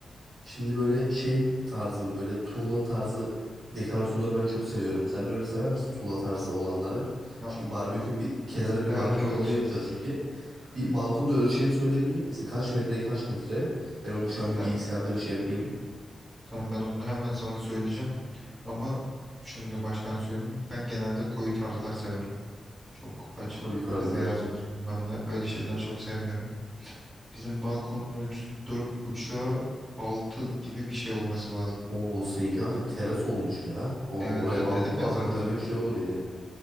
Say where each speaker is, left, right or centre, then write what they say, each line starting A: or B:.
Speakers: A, on the right (about 60°); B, in the centre.
A: şimdi böyle şey tarzı mı böyle tuğla tarzı dekorasyonları ben çok seviyorum. Sen de öyle sever misin tuğla tarzı olanları?
B: Ya,
A: Çünkü barbekü bir kenara bir
B: evet
A: barbekü
B: evet
A: olanı yapacağız çünkü. Bir balkonda ölçülerini söyleyebilecek misin? Kaç metreye kaç metre? Ben onu şu an bir
B: ben,
A: bilgisayarda bir şey yapayım.
B: tamam ben onu hemen sana söyleyeceğim. Ama şunu da baştan söyleyeyim. Ben genelde koyu tarzlar severim. Çok açık
A: Koyu
B: böyle
A: tarzlar.
B: beyaz olsun bilmemler öyle şeyler çok sevmiyorum. Bizim balkonun ölçüsü 4.5'a 6 gibi bir şey olması lazım.
A: Oo sizinki artık teras olmuş ya. O
B: Evet
A: oraya
B: evet
A: balkon
B: dedim
A: balkon
B: ya zaten
A: demek şey olur yani.